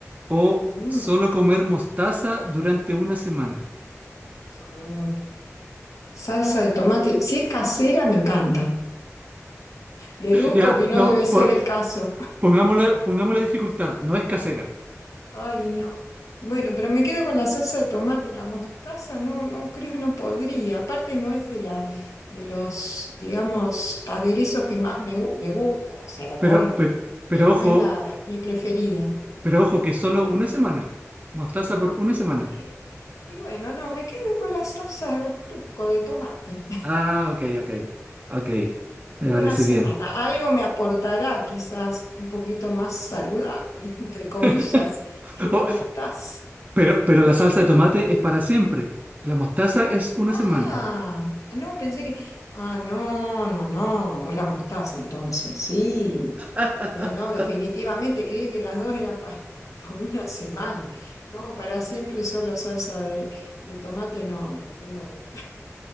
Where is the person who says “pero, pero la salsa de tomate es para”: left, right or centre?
Right